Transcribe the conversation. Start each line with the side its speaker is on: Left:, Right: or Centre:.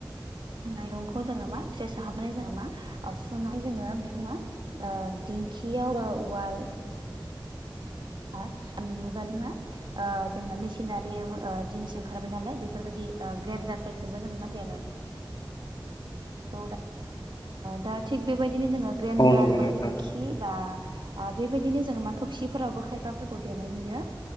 Right: माइरंखौ जोङो मा फेस हाबनानै जोङो मा आर स्रुनानै जोङो बेखौोमा दिंखियाव बा उवाल आ मुगानि मा जोंना मेसिनारि जिनिस ओंखारबाय नालाय बेफोरबायाददि ग्रेन्दारफोरजोंबो जोङो मा दे द दा थिग बेबायदिनो जोङो ग्रेन्डार
Left: औ नंगौ
Right: बादिंखि
Left: नोंथां
Right: बा बेबायदिनो जोङो मा थबसिफोरावबो खायफाफोरखौ देनाय नुयो